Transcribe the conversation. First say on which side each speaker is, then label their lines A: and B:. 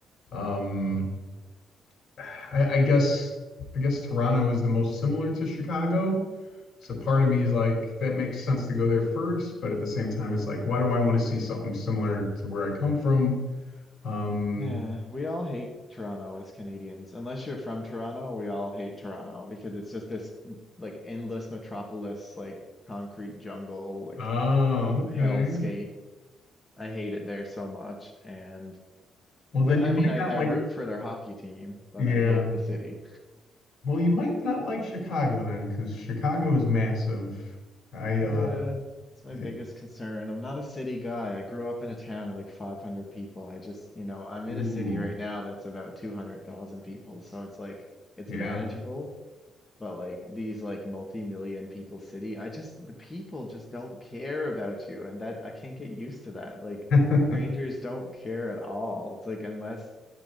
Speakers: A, on the left; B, on the left.
A: Um, I I guess I guess Toronto is the most similar to Chicago. So part of me is like,
B: Hmm.
A: that makes sense to go there first, but at the same time, it's like, why do I want to see something similar to where I come from? Um,
B: Yeah, we all hate Toronto as Canadians. Unless you're from Toronto, we all hate Toronto because it's just this m- like endless metropolis, like concrete jungle, like
A: oh,
B: um,
A: okay.
B: hellscape. I hate it there so much. And
A: Well, then
B: wh- I
A: you
B: mean,
A: might
B: I,
A: not
B: I
A: like,
B: root for their hockey team, but
A: yeah.
B: I hate the city.
A: Well, you might not like Chicago then, because Chicago is massive. I, uh,
B: Yeah, it's my
A: y-
B: biggest concern. I'm not a city guy. I grew up in a town of like 500 people. I just, you know, I'm
A: ooh,
B: in a city right now that's about 200,000 people. So it's like, it's
A: yeah.
B: manageable But like these like multi-million people city, I just the people just don't care about you and that I can't get used to that. Like
A: <laughs>
B: strangers don't care at all. It's like unless